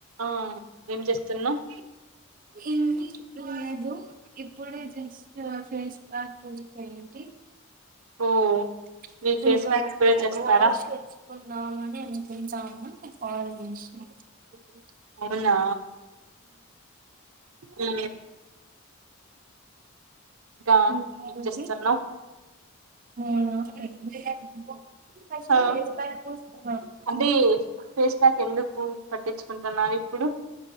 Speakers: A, on the right; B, on the right.
A: ఆ ఏం చేస్తున్నావ్
B: ఏ లేదు ఇప్పుడే జస్ట్ ఫేస్ పక్ పపో ఏంటి <unintelligible>
A: ఓ మీరు ఫేస్
B: ఇంకా
A: ప్యాక్ కూడా చేస్తారా
B: వాష్ తెచ్చుకుందమ <unintelligible>
A: అవునా ఊ ఇంకా
B: ఇంకాది
A: ఏం చేస్తున్నావ్
B: <unintelligible>
A: ఆ అంటే
B: <unintelligible>
A: ఫేస్ ప్యాక్ ఎందుకు పట్టించుకుంటున్నారు ఇప్పుడు